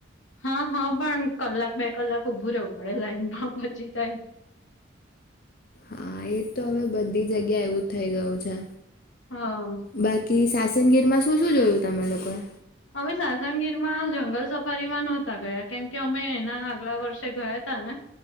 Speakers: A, on the left; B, on the left.
A: હા હા પણ કલાક બે કલાક ઊભું રહેવું પડે લાઈનમાં પચી થાય.
B: હા એ તો હવે બધી જગ્યા એવું થઇ ગયું છે.
A: હા.
B: બાકી સાસનગીરમાં શું શું જોયું તમે લોકોએ.
A: અમે સાસનગીર માં જંગલ સફારીમાં નહોતા ગયા કેમ કે અમે એના આગલા વર્ષે ગયા તા ને.